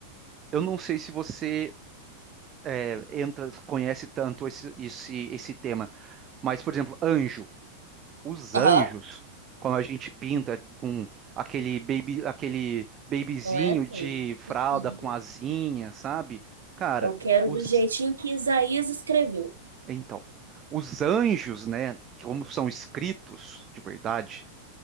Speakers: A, on the right; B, on the right.
A: Eu não sei se você é, entra, conhece tanto esse, esse, esse tema, mas, por exemplo, anjo. Os
B: Aham.
A: anjos, quando a gente pinta com aquele baby, aquele babyzinho
B: Não é assim.
A: de fralda
B: Uhum.
A: com asinha, sabe? Cara,
B: Eu quero
A: os,
B: do jeitinho que Isaías escreveu.
A: então, os anjos, né, como são escritos de verdade,